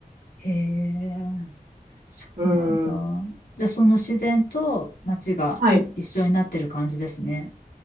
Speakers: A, on the left; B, on the right.
A: へえ。そうなんだ。
B: うん。
A: じゃあその自然と街が一緒になってる感じですね。
B: はい。